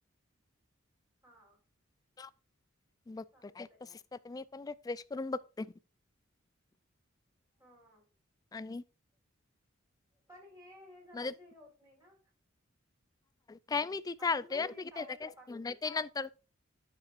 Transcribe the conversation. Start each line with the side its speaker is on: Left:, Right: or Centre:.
Right: हा
Left: ह बघतो
Right: चालतंय
Left: तसच मी पण रिफ्रेश करून बघते
Right: हा
Left: आणि
Right: पण हे हे झाल्या
Left: मध्ये
Right: शिवाय होत नाही ना
Left: काय मी ती चालते
Right: अजून माझे हे
Left: की
Right: कार्य
Left: त्याचा काही
Right: तपासत
Left: घे नाही
Right: आहेत
Left: ते नंतर